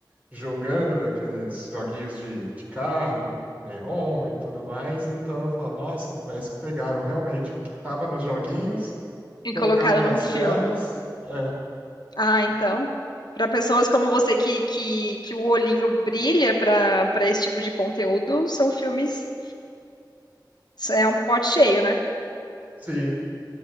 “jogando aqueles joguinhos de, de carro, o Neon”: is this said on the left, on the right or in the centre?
Right